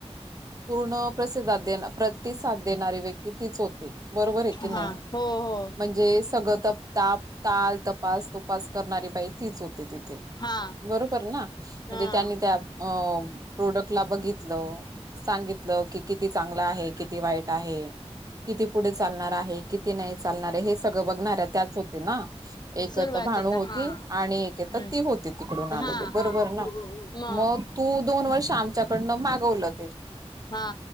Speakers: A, on the right; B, on the left.
A: पूर्ण प्रसिद्धात प्रतिसाद देणारी व्यक्ती तीच होते बरोबर आहे
B: हा
A: की नाही.
B: हो हो
A: जे सगळ तप ताप ताल तपास तुपास करणारी बाई तीच होते तिथे.
B: हा
A: बरोबर आहे ना म्हणजे
B: हा
A: त्यांनी त्या अ प्रोडक्टला बघितलं. सांगितलं की किती चांगलं आहे किती वाईट आहे. किती पुढे चालणार आहे किती नाही चालणार आहे हे. सगळं बघणाऱ्या त्याच होते ना एक
B: सुरुवातीला
A: भाणू हो...
B: हा
A: आणि एक येत
B: हम्म
A: ती होती तिकडून आलेली
B: हा
A: बरोबर
B: हा
A: ना
B: म
A: मग.. तू दोन वर्ष आमच्याकडनं मागवलं ते...
B: हा